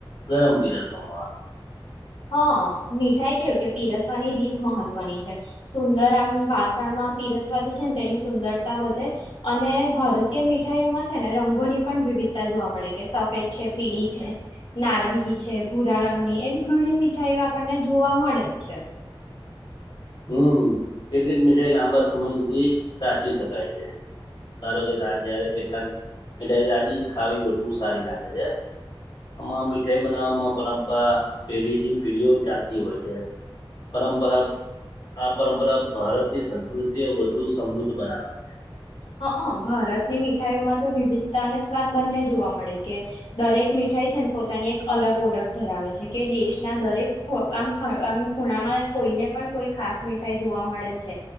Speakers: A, on the left; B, on the left.
A: ગરમ પીરસવામાં આવે છે.
B: હા મીઠાઈ કેવું કે પીરસવાની રીત મહત્વની છે સુંદર આમ વાસણમાં. દસ વાજે છે ને તેની સુંદરતા વધે અને ભારતીય મીઠાઈઓમાં છે ને રંગોની પણ વિવિ તા જોવા મળે કે સફેદ છે પીળી છે નારંગી છે ભૂરા રંગની એમ ઘણી મીઠાઈઓ આપણને જોવા મળે છે
A: હમ કેટલીક મીઠાઈ લાંબા સમય સુધી સાચવી શકાય છે સારો કે રાત જ્યારે કેટલાક મીઠાઈ તાજી જ ખાવી વધુ સારી લાગે છે આમાં મીઠાઈ બનાવવામાં પરંપરા પેઢી થી પેઢીઓ ચાલતી હોય છે પરંપરા આ પરંપરા ભારતની સંસ્કૃતિએ વધુ સમૃદ્ધ બનાવે છે
B: હા હ ભારતની મીઠાઈઓમાં તો વિવિધતા અને સ્વાદ બંને જોવા મળે કે દરેક મીઠ ઠાઈ થાય છે અને પોતાની એક અલગ ઓળખ ધરાવે છે કે દેશના દરેક આમ આમ ખૂણામાં કોઈને પણ કોઈ ખાસ મીઠાઈ જોવા મળે જ છે